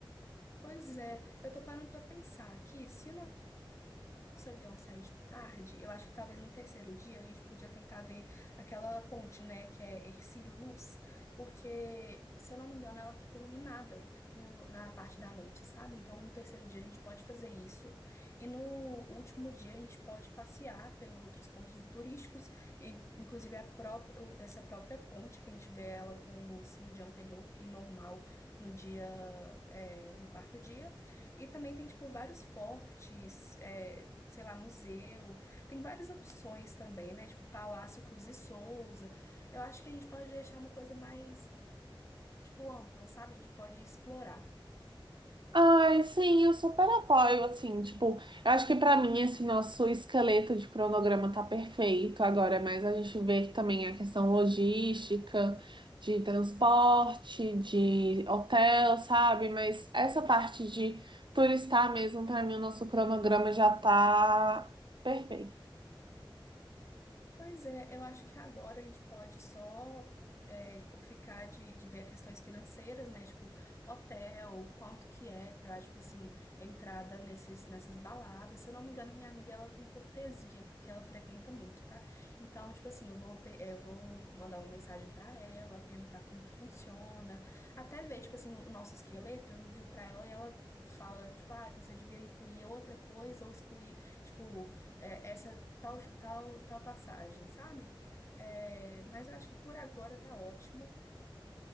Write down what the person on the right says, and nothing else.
Ai, sim, eu super apoio, assim, tipo, eu acho que pra mim esse nosso esqueleto de cronograma tá perfeito agora, mas a gente vê que também a questão logística, de transporte, de hotel, sabe? Mas essa parte de turistar mesmo, pra mim o nosso cronograma já tá perfeito.